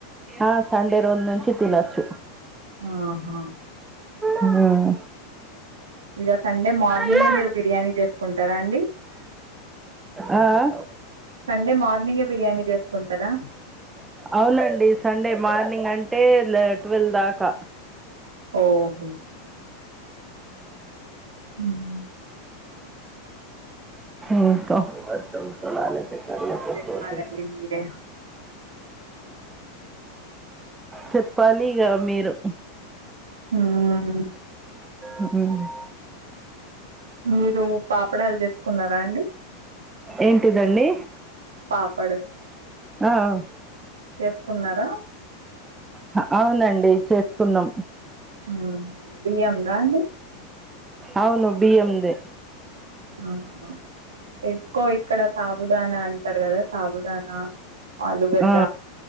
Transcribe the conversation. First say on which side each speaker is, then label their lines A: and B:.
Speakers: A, on the right; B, on the right.
A: ఆ సండే రోజ నుంచి తినొచ్చు
B: ఆహా
A: అమ్మ ఆ
B: ఇగ సండే మార్నింగే
A: ఉమ్.
B: మీరు బిర్యానీ చేసుకుంటారా అండి
A: ఆ ఆ
B: సండే మార్నింగే బిర్యానీ చేసుకుంటారా
A: అవునండి సండే మార్నింగ్ అంటే లే టువెల్ దాకా
B: ఓహో ఉమ్
A: ఇంకా ఎక్కడ్ లేక
B: చెప్పాలండి
A: పొతే
B: మీరే
A: చెప్పాలిగా మీరు
B: హ్మ్
A: ఉ ఉమ్
B: మీరు పాప్డాల్ చేస్కున్నారా అండి
A: ఏంటిదండి
B: పాపడ్
A: ఆ
B: చేస్కున్నారా
A: హ అవ్నండి చేస్కున్నాం
B: ఉం బియ్యందా అండి
A: అవ్ను బిఎమ్ దే
B: ఆ హ ఎక్కువ్ ఇక్కడ సాబుదానా అంటార్ కదా సాబుదనా ఆలూగడ్డ
A: ఆ